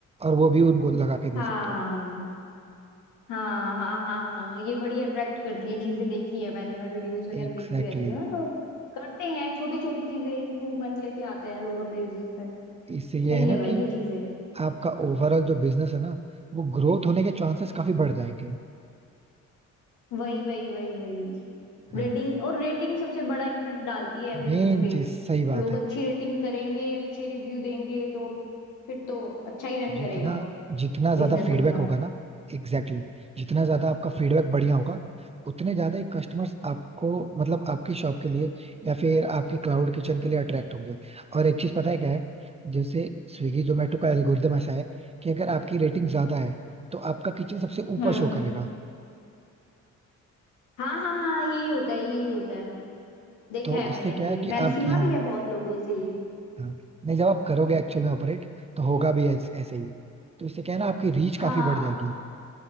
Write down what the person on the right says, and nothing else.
और वो भी उनको लगा के दे
सकते हो
Exactly
exactly.
इससे
ये है ना
कि
आपका ओवरऑल जो बिजनेस है ना वो ग्रोथ होने के चांसेस काफी बढ़ जाएंगे
हाँ
मेन
चीज सही बात
है
जितना
जितना
ज्यादा फीडबैक
होगा ना एग्जैक्टली exactly, जितना ज्यादा आपका फीडबैक बढ़िया होगा उतने ज्यादा ही कस्टमर्स आपको मतलब आपकी शॉप के लिए या फिर आपके क्लाउड किचन के लिए अट्रैक्ट होंगे और एक चीज पता है क्या है जैसे स्विगी जोमेटो का एल्गोरिदम ऐसा है कि अगर आपकी रेटिंग ज्यादा है तो आपका किचन सबसे ऊपर
शो करेगा
तो
इससे
क्या
है
कि आप
यहाँ
हाँ, नहीं जब आप करोगे एक्चुअल में ऑपरेट तो होगा भी ऐस- ऐसे ही तो इससे क्या है ना आपकी रीच
काफी बढ़ जाएगी